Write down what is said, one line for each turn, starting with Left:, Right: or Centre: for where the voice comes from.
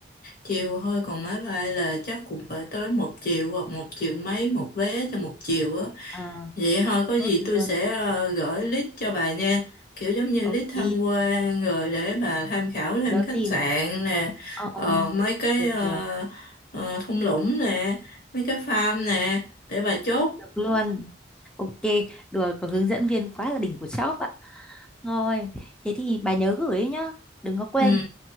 Left: chiều thôi còn máy bay là chắc cũng phải tới một triệu hoặc một triệu mấy một vé cho một chiều á
Centre: à,
Left: vậy thôi có
Centre: chốt
Left: gì
Centre: luôn
Left: tôi sẽ ờ, gửi list cho bà nha kiểu giống như
Centre: ok
Left: list tham quan rồi để bà tham khảo thêm
Centre: nhớ
Left: khách
Centre: tìm
Left: sạn nè
Centre: ờ ờ,
Left: ờ, mấy cái
Centre: được
Left: ờ,
Centre: được
Left: ờ, thung lũng nè mấy cái farm nè để bà chốt
Centre: được luôn ok được có hướng dẫn viên quá là đỉnh của shop ạ rồi thế thì bà nhớ gửi ấy nhá đừng có quên
Left: ừ